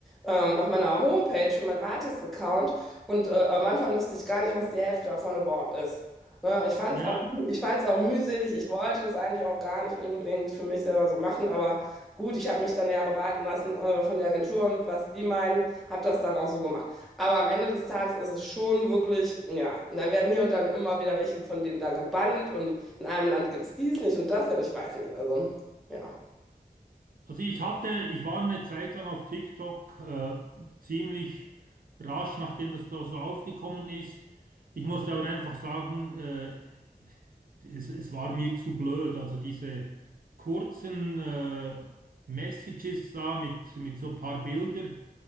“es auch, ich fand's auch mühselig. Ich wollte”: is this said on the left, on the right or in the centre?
Centre